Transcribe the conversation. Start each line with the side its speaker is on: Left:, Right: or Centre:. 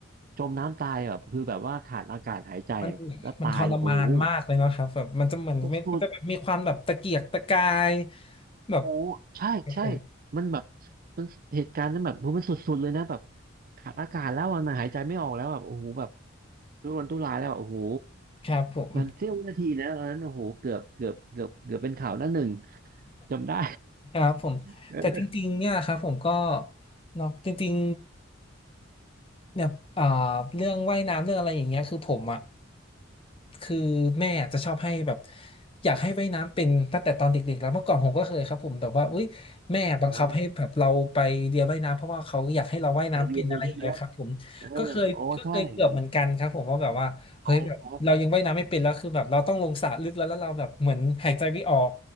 Right: จมน้ำตายแบบคือแบบว่าขาดอากาศหายใจ
Left: มัน
Right: แล้วตายเนี่ยโอ้โห
Left: มันทรมานมากเลยเนอะครับแบบมันจะเหมือนไม่มันจะแบบมีความแบบตะเกียกตะกาย
Right: โค
Left: แบบ
Right: โอ้ใช่ใช่
Left: ผม
Right: มันแบบมันเหตุการณ์นั้นแบบโหมันสุดๆเลยนะแบบขาดอากาศแล้วอัะนะหายใจไม่ออกแล้วแบบโอ้โหแบบทุรนทุรายแล้วอะโอ้โห
Left: ครับผม
Right: มันเสี้ยววินาทีนะตอนนั้นโอ้โหเกือบเกือบเกือบเกือบเป็นข่าวหน้าหนึ่ง จำได้
Left: <laughs> ครับผมแต่จริงๆเนี่ยครับผมก็
Right: <laughs> เออ
Left: เนาะจริง เนี่ยอ่าเรื่องว่ายน้ำเรื่องอะไรอย่างเงี้ยคือผมอ่ะคือแม่จะชอบให้แบบอยากให้ว่ายน้ำเป็นตั้งแต่ตอนเด็กๆแล้วเมื่อก่อนผมก็เคยครับผมแบบว่าอุ้ยแม่บังคับให้แบบเราไปเรียนว่ายน้ำเพราะว่าเขาอยากให้เราว่ายน้ำเป็นอะไรอย่างเงี้ยครับผมก็เคยก็เคยเกือบเหมือนกันครับผมว่าแบบว่าเฮ้ยแบบเรายังว่ายน้ำไม่เป็นแล้วคือแบบเราต้องลงสระลึกแล้วแล้วเราแบบเหมือนหายใจไม่ออก
Right: อ๋อไปเรียนเลยใช่ไหมเออโอ้ ใช่อ๋อเหรอครับ